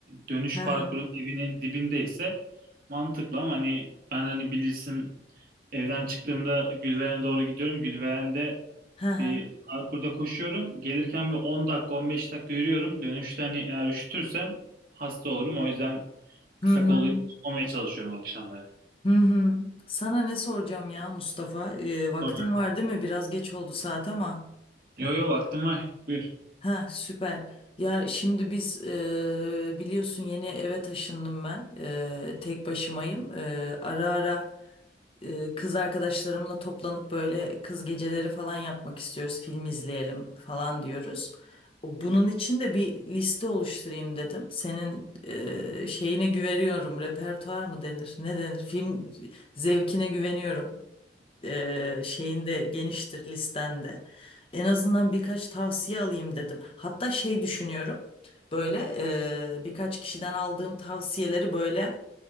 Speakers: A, on the right; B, on the left.
A: dönüş
B: Ha
A: parkurun
B: ha
A: evinin dibindeyse mantıklı ama hani ben hani bilirsin evden çıktığımda Gülveren'e doğru gidiyorum. Gülveren'de
B: ha
A: bir
B: ha.
A: parkurda koşuyorum. Gelirken bir 10 dakika 15 dakika yürüyorum. Dönüşte hani eğer üşütürsem hasta olurum. O yüzden kısa
B: Hı hı.
A: kollu olmaya çalışıyorum akşamları.
B: Hı hı. Sana ne soracağım ya Mustafa? Ee, vaktin
A: Olacak.
B: var değil mi? Biraz geç oldu saat ama.
A: Yo yo vaktim var. Buyur.
B: Ha süper. Ya şimdi biz e, biliyorsun yeni eve taşındım ben. E, tek başımayım. E, ara ara e, kız arkadaşlarımla toplanıp böyle kız geceleri falan yapmak istiyoruz. Film izleyelim falan diyoruz. O- Bunun için de bir liste oluşturayım dedim. Senin e, şeyine güveniyorum. Repertuar mı denir? Ne denir? Film zevkine güveniyorum e, şeyinde geniştir listende. En azından birkaç tavsiye alayım dedim. Hatta şey düşünüyorum. Böyle e, birkaç kişiden aldığım tavsiyeleri böyle